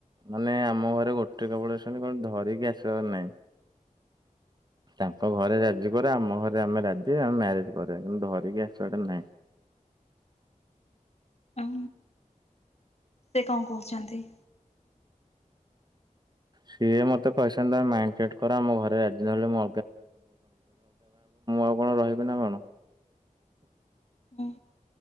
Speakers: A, on the right (about 30°); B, on the left (about 50°).
A: ମାନେ ଆମ ଘରେ ଗୋଟେ କେବଳ <unintelligible> କଣ ଧରିକି ଆସିବାର ନାହିଁ।
B: <inaudible>
A: ତାଙ୍କ ଘରେ ରାଜି କରା ଆମ ଘରେ ଆମେ ରାଜି ଆମେ ମ୍ୟାରେଜ କରିବା କିନ୍ତୁ ଧରିକି ଆସିବାଟା ନାହିଁ।
B: ଓ ସେ କଣ କହୁଛନ୍ତି?
A: ସିଏ ମତେ କହିଛନ୍ତି ତମେ ମାଇଣ୍ଡ ସେଟ କର ଆମ ଘରେ ରାଜି ନହଲେ <unintelligible> <unintelligible> ମୁଁ ଆଉ କଣ ରହିବି ନା କଣ?
B: ହୁଁ